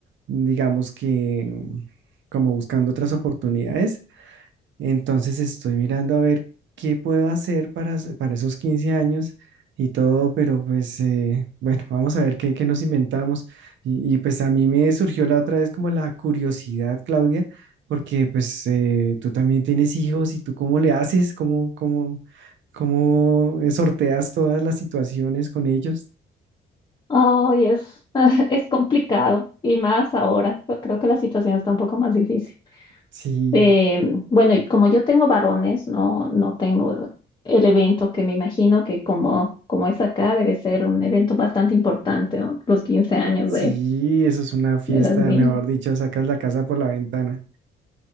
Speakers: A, on the right; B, on the left.
A: digamos que como buscando otras oportunidades. Entonces estoy mirando a ver qué puedo hacer para, s- para esos 15 años y todo, pero pues eh, bueno, <laughs> vamos a ver qué, qué nos inventamos. Y, y, pues a mí me surgió la otra vez como la curiosidad, Claudia, porque pues eh, tú también tienes hijos y tú cómo le haces, cómo, cómo, cómo eh, sorteas todas las situaciones con ellos.
B: Ay, es, <laughs> es complicado y más ahora. Yo Creo que la situación está un poco más difícil.
A: Sí,
B: Eh, bueno, y como yo tengo varones, no, no tengo el evento que me imagino que como, como es acá, debe ser un evento bastante importante, ¿no? Los 15 años
A: sí,
B: de,
A: eso es una fiesta,
B: de las niñas.
A: mejor dicho, sacas la casa por la ventana.